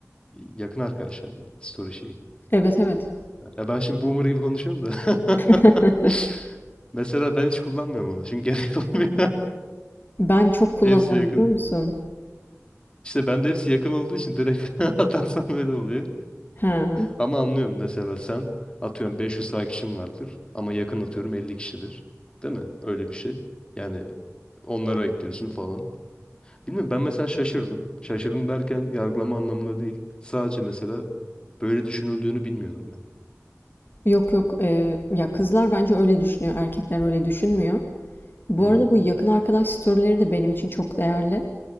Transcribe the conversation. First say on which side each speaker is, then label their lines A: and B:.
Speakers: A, on the left; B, on the left.
A: Yakın arkadaşlarım story şeyi.
B: Evet evet.
A: Ya ben şimdi boomer gibi konuşuyorum da.
B: <laughs>
A: <laughs> Mesela ben hiç kullanmıyorum onu. Çünkü gerek olmuyor.
B: Ben çok kullanıyorum
A: <laughs> Hepsi yakın.
B: biliyor musun?
A: İşte ben de hepsi yakın olduğu için direkt <laughs> atarsam öyle oluyor.
B: Ha.
A: Ama anlıyorum mesela sen atıyorum 500 takipçin vardır ama yakın atıyorum 50 kişidir. Değil mi? Öyle bir şey. Yani onlara ekliyorsun falan. Bilmiyorum ben mesela şaşırdım. Şaşırdım derken yargılama anlamında değil. Sadece mesela böyle düşünüldüğünü bilmiyordum ben.
B: Yok yok. e, ya kızlar bence öyle düşünüyor. Erkekler öyle düşünmüyor. Bu
A: Hı hı.
B: arada bu yakın arkadaş storyleri de benim için çok değerli.